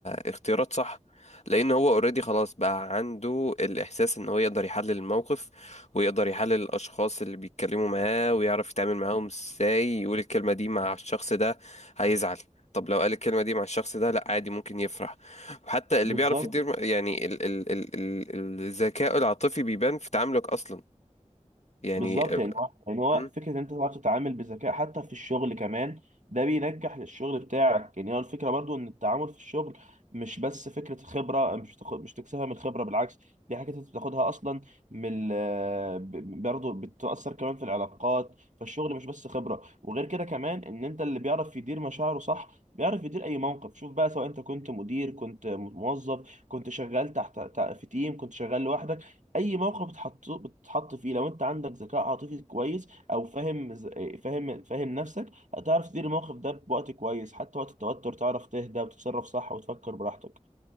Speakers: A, on the left; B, on the right.
A: اختيارات صح لان هو اوريدي خلاص بقى عنده الاحساس ان هو يقدر يحلل الموقف ويقدر يحلل الأشخاص اللي بيتكلموا معاه ويعرف يتعامل معاهم ازاي يقول الكلمة دي مع الشخص ده هيزعل طب لو قال الكلمة دي مع الشخص ده لأ عادي ممكن يفرح وحتى اللي
B: بالظبط
A: بيعرف يدير يعني ال ال ال ال الذكاء العاطفي بيبان في تعاملك أصلا يعني
B: بالظبط
A: <clears throat>
B: يعني هو يعني هو
A: أم،
B: فكره ان انت تعرف تتعامل بذكاء حتى في الشغل كمان ده بينجح الشغل بتاعك يعني هو الفكره برضو ان التعامل في الشغل مش بس فكره خبره مش تاخد مش تكسبها من الخبره بالعكس دي حاجه انت بتاخدها اصلا من ال- ب- برضو بتاثر كمان في العلاقات فالشغل مش بس خبره وغير كده كمان ان انت اللي بيعرف يدير مشاعره صح بيعرف يدير اي موقف شوف بقى سواء انت كنت مدير كنت موظف كنت شغال تحت تحت- في تيم كنت شغال لوحدك اي موقف بتحط بتتحط فيه لو انت عندك ذكاء عاطفي كويس او فاهم ز- فاهم فاهم نفسك هتعرف تدير الموقف ده بوقت كويس حتى وقت التوتر تعرف تهدى وتتصرف صح وتفكر براحتك